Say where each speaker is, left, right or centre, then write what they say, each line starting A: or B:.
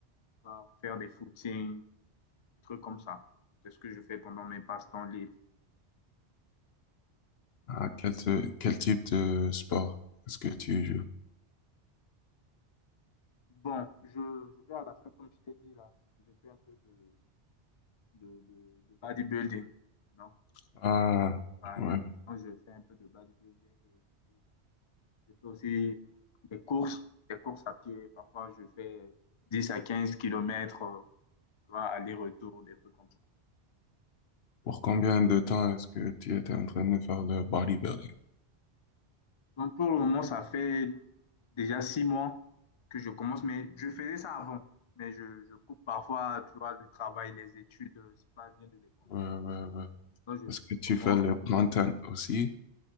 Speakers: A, on the left (about 50°); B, on the left (about 65°).
A: pour faire des footings, des trucs comme ça. C'est ce que je fais pendant mes passe-temps libres.
B: Ah, quel, te- quel type de sport est-ce que tu joues?
A: Bon, je, je vais à la salle, comme je t'ai dit là. Je fais un peu de, de, de, de bodybuilding. Non?
B: Ah,
A: Enfin,
B: ouais.
A: quand je fais un peu de bodybuilding et puis je fais aussi des courses, des courses à pied. Parfois, je fais 10 à 15 kilomètres, euh, aller-retour, des trucs comme ça.
B: Pour combien de temps est-ce que tu étais en train de faire le bodybuilding?
A: Donc, pour le moment, ça fait déjà six mois que je commence, mais je faisais ça avant. Mais je, je coupe parfois, tu vois, le travail, les études, euh, c'est pas bien de les combiner.
B: Ouais, ouais, ouais.
A: Donc, je,
B: Parce que
A: je
B: tu
A: commence.
B: fais le
A: parfois,
B: content
A: je fais.
B: aussi.